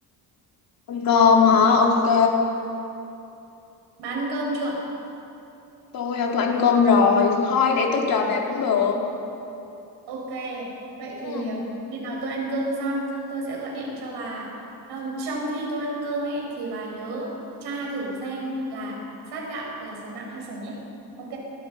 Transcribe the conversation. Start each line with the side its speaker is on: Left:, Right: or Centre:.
Left: Ăn cơm hả? Ok.
Right: Bà ăn cơm chưa?
Left: Tôi à, tôi ăn cơm rồi. Thôi để tôi chờ bà cũng được.
Right: Ok, vậy thì
Left: Ừ.
Right: ừm, bây giờ tôi ăn cơm xong xong tôi sẽ gọi điện cho bà. Xong Trong khi tôi ăn cơm ấy thì bà nhớ tra thử xem là sát gạo là sở nặng hay sở nhẹ. Ok?